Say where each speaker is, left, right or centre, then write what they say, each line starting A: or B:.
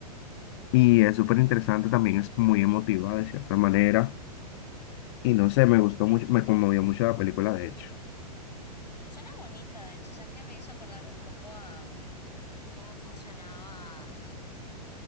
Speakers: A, on the left (about 40°); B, on the left (about 85°).
A: Y es súper interesante, también es muy emotiva de cierta manera. Y no sé, me gustó mucho, me conmovió mucho la película, de hecho.
B: Suena bonita, de hecho, ¿sabes qué? Me hizo acordar un poco a mm, cómo funcionaba em,